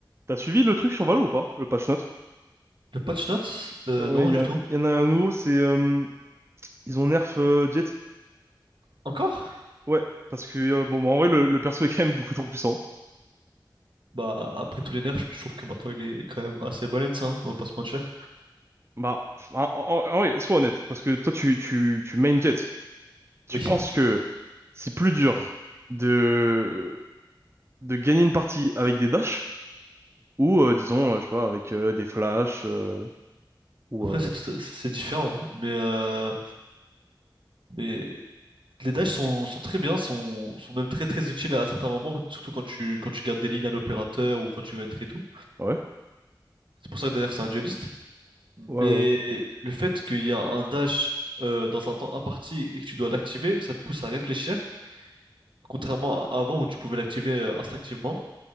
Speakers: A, on the right; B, on the right.
A: T'as suivi le truc sur Valo ou pas? Le patch note?
B: Le patch notes? Euh,
A: Ouais,
B: non,
A: il y,
B: du
A: a-
B: tout.
A: y en a un nouveau, c'est euh, ils ont nerf euh, Jet.
B: Encore?
A: Ouais, parce que euh, bon, bah, en vrai, le, le perso est quand même beaucoup trop puissant.
B: Bah, après tous les nerfs, je je trouve que maintenant il est quand même assez balèze, hein, on va pas se mentir.
A: Bah, en, en- en vrai, sois honnête, parce que toi, tu, tu, tu main Jet. Tu
B: Oui.
A: penses que c'est plus dur de, de gagner une partie avec des dashs ou, euh, disons, euh, je sais pas, avec euh, des flashs euh, ou.
B: Après,
A: euh,
B: c'est tout- c'est différent, mais, euh, mais les dashs sont, sont très bien, sont, sont même très très utiles à certains moments, surtout quand tu, quand tu gardes des lignes à l'opérateur ou quand tu veux être et tout.
A: ouais,
B: C'est pour ça que d'ailleurs que c'est un dueliste. Mais
A: ouais. ouais.
B: le fait qu'il y a un dash euh, dans un temps imparti et que tu dois l'activer, ça te pousse à réfléchir, contrairement à avant où tu pouvais l'activer euh, instinctivement.